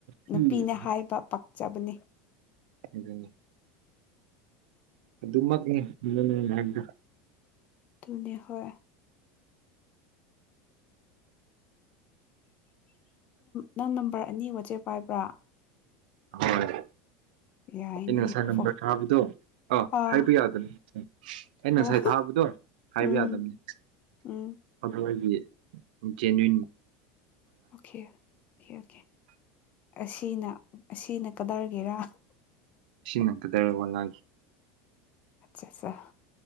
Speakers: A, on the right (about 80°); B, on the left (about 35°).
A: ꯎꯝ
B: ꯅꯨꯄꯤꯅꯦ ꯍꯥꯏꯕ ꯄꯥꯛꯆꯕꯅꯤ
A: ꯑꯗꯨꯅꯤ ꯑꯗꯨꯃꯛꯅꯤꯗ
B: ꯑꯗꯨꯅꯤ ꯍ ꯅꯪ ꯅꯝꯕꯔ ꯑꯅꯤ ꯋꯥꯆꯦꯞ ꯄꯥꯏꯕ꯭ꯔ
A: ꯍꯣꯏ
B: ꯌꯥꯏꯅꯦ
A: ꯏꯩꯅ ꯁꯅꯝꯕ꯭ꯔꯥꯎꯗꯨꯣ
B: ꯐꯣ
A: ꯑ
B: ꯑꯥ
A: ꯍꯥꯏꯕ ꯌꯥꯗꯕꯅꯤ ꯎ ꯑ ꯉꯁꯥꯏ
B: ꯑꯣ
A: ꯊꯥꯕꯗꯣ ꯍꯥꯏꯕ
B: ꯎꯝ
A: ꯌꯥꯗꯕꯅꯤ
B: ꯎꯝ
A: ꯑꯗꯨꯒꯤ ꯖꯦꯅꯋꯟ
B: ꯑꯣꯦ ꯑꯣꯦ ꯑꯣꯀꯦ ꯑꯁꯤꯅ ꯑꯁꯤꯅ ꯀꯗꯥꯔꯒꯦꯔꯥ
A: ꯁꯤ ꯅꯇꯗꯔꯕꯅ
B: ꯑꯆꯥ ꯑꯆꯥ